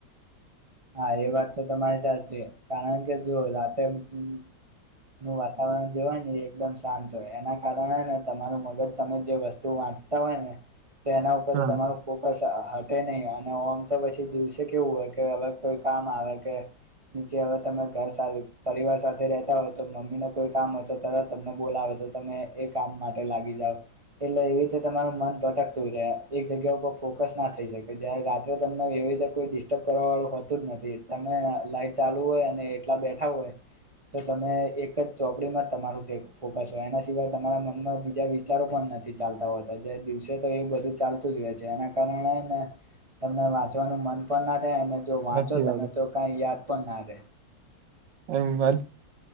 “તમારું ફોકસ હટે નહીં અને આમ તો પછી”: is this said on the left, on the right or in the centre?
Right